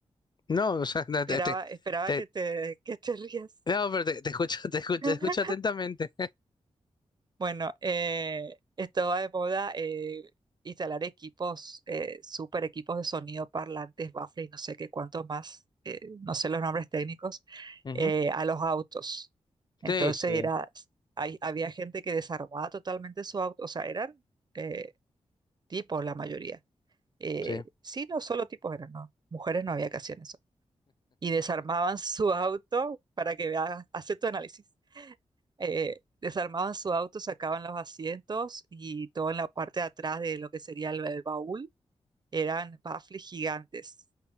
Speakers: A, on the left; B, on the right.
A: No, o sea, no, te,
B: Esperaba,
A: te-
B: esperaba
A: te-
B: que te, que te rías.
A: no, pero te, te escucho, <laughs> te escucho, te
B: <laughs>
A: escucho atentamente.
B: Bueno, eh, esto va de moda eh, instalar equipos, eh, super equipos de sonido, parlantes, baffles y no sé qué cuánto más, eh, no sé los nombres técnicos,
A: Ujú.
B: eh, a los autos. Entonces
A: Sí, sí,
B: era, hay- había gente que desarmaba totalmente su auto, o sea, eran eh, tipos la mayoría. Eh,
A: sí.
B: sí, no solo tipos eran, no, mujeres no había que hacer eso. Y desarmaban su auto para que veas, hace tu análisis eh, desarmaban su auto, sacaban los asientos y todo en la parte de atrás de lo que sería el, el baúl eran baffles gigantes.